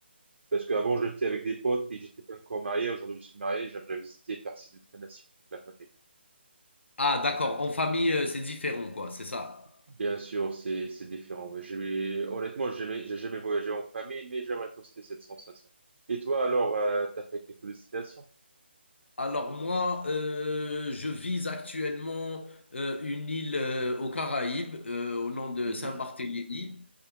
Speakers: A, on the right; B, on the left.
A: Parce qu'avant, j'étais avec des potes et j'étais pas encore marié. Aujourd'hui, je suis marié, j'aimerais visiter, faire ces destinations avec la famille.
B: Ah d'accord, en famille, heu, c'est différent quoi, c'est ça?
A: Bien sûr, c'est, c'est différent. Mais j'ai- honnêtement, j'ai jamais, j'ai jamais voyagé en famille, mais j'aimerais tester cette sensation. Et toi, alors, euh, t'as fait quelques destinations?
B: Alors moi, heu, je vise actuellement, heu, une île, heu, aux Caraïbes, heu, au nom de
A: Mhm,
B: Saint-Barthélemy.